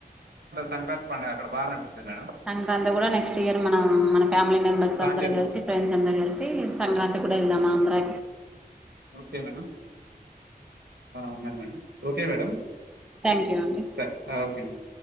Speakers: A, on the right; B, in the centre.
A: సంక్రాంతి పండగ అక్కడ బాగ నడుస్తది మేడం
B: సంక్రాంతి కూడా నెక్స్ట్ ఇయర్ మనం మన ఫ్యామిలీ మెంబర్స్
A: ప్లాన్
B: అందరూ
A: చేద్దాం
B: కలిసి ఫ్రెండ్స్ అందరు కలిసి సంక్రాంతి కూడా ఇల్దామాంద్ర
A: ఓకే మేడం ఉన్నా madam okay madam
B: thank you అండి
A: సర ఓకే మ